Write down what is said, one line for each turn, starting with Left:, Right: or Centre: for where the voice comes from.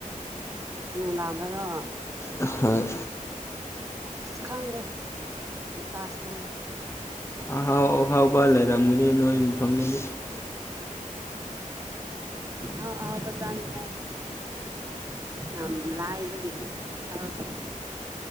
Right: ꯅꯨꯡꯗꯥꯡꯗꯔꯣ
Left: ꯍꯣꯏ
Right: ꯑꯁ ꯈꯪꯗꯦ ꯀꯔꯤ ꯆꯥꯁꯤ ꯀꯦꯅꯣ
Left: ꯑꯍꯥꯎ ꯑꯍꯥꯎꯕ ꯂꯩꯔꯝꯒꯗꯤ ꯅꯣꯏ ꯃꯐꯝꯗꯨꯗꯤ
Right: ꯑꯥꯍꯥꯎ ꯑꯥꯍꯥꯎꯕ ꯆꯥꯅꯤꯉꯥꯏ ꯌꯥꯝ ꯂꯥꯏꯕꯒꯤ ꯌꯥ <unintelligible>